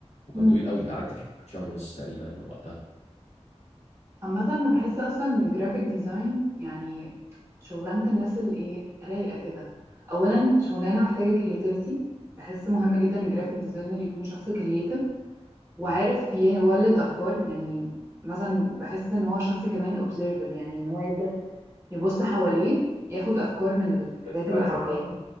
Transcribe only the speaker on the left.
وكان
طويل قوي قعدت فيه حوالي شهر ونص تقريبا وقتها
مم.
بستوعب